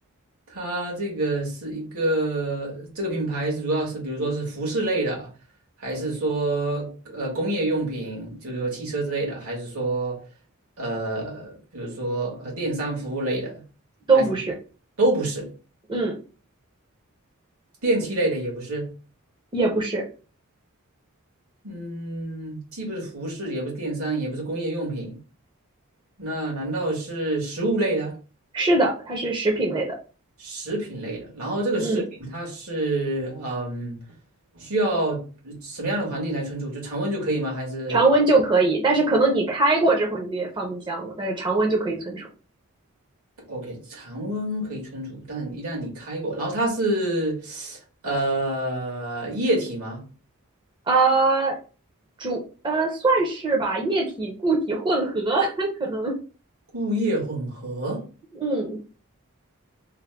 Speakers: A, on the right; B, on the right.
A: 它这个是一个这个品牌是主要是比如说是服饰类的，还是说呃工业用品，就是说汽车之类的，还是说呃比如说呃电商服务类的，
B: 都不是，
A: 还是都不是，
B: 嗯，
A: 电器类的也不是，
B: 也不是，
A: 嗯，既不是服饰，也不是电商，也不是工业用品，那难道是食物类的？
B: 是的，它是食品类的，
A: 食品类的。然后这个食品它是嗯，
B: 嗯，
A: 需要什么样的环境来存储？就常温就可以吗？还是
B: 常温就可以，但是可能你开过之后你也放冰箱了，但是常温就可以存储。
A: OK，常温可以存储，但一旦你开过，然后它是呃液体吗？
B: 呃，主呃算是吧，液体固体混合 <laughs> 可能，
A: 固液混合，
B: 嗯